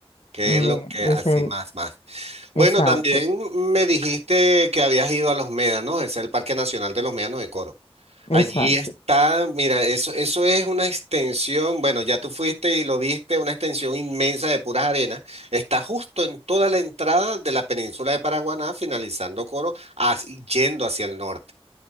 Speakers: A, on the right; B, on the left.
A: que
B: Mm,
A: es lo que
B: Es
A: así
B: el,
A: más, más.
B: exacto,
A: Bueno, también me dijiste que habías ido a Los Médanos, es el Parque Nacional de los Médanos de Coro.
B: exacto.
A: Allí está, mira, eso, eso es una extensión, bueno, ya tú fuiste y lo viste, una extensión inmensa de puras arenas. Está justo en toda la entrada de la península de Paraguaná, finalizando Coro, as- yendo hacia el norte.